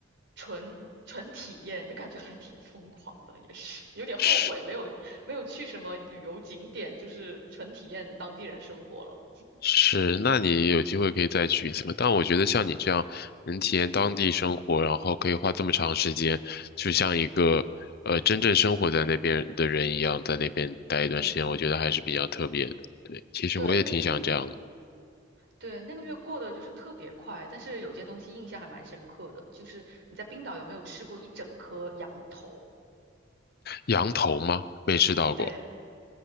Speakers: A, on the right (about 65°); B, on the left (about 55°).
A: 纯纯体验，就感觉还挺疯狂的，也是有点后悔没有没有去什么旅游景点，
B: 是
A: 就是纯体验当地人生活了。
B: 是，那你有机会可以再去一次嘛？但我觉得像你这样能体验当地生活，然后可以花这么长时间，就像一个呃真正生活在那边的人一样，在那边待一段时间，
A: 嗯，
B: 我觉得还是比较特别的。对，其实我也挺想这样的
A: 对，那个月，对，那个月过得就是特别快，但是有些东西印象还蛮深刻的，就是你在冰岛有没有吃过一整颗羊头？
B: 羊头吗？没吃到过。
A: 对。